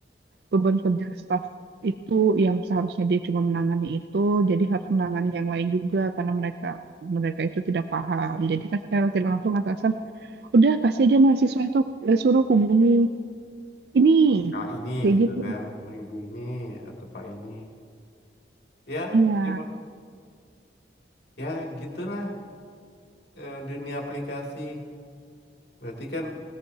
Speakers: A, on the right; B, on the left.
A: beban kerja staf itu yang seharusnya dia cuma menangani itu, jadi harus menangani yang lain juga karena mereka mereka itu tidak paham. Jadi kan secara tidak langsung atasan, udah kasih aja mahasiswa itu eh, suruh hubungi ini
B: Kak ini
A: kayak
B: gitu
A: gitu.
B: kan, ibu ini atau Pak ini. Ya,
A: Iya,
B: ya, ya gitulah eh, dunia aplikasi. Berarti kan